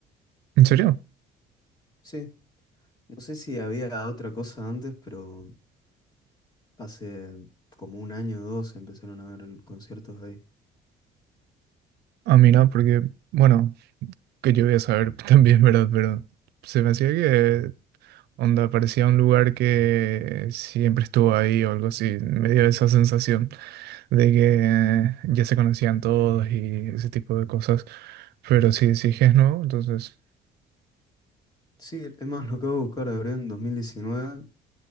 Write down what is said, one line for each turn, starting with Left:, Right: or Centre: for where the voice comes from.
Right: ¿En serio?
Left: Sí, no sé si había otra cosa antes, pero Hace como un año o dos empezaron a ver conciertos ahí.
Right: A mí no, porque, bueno, que yo voy a saber <laughs> también, ¿verdad? Pero se me hacía que onda parecía un lugar que siempre estuvo ahí o algo así. Me dio esa sensación de que eh, ya se conocían todos y ese tipo de cosas. Pero si sí es que es nuevo, entonces.
Left: Sí, es más, lo acabo de buscar, abrió en dos mil diecinueve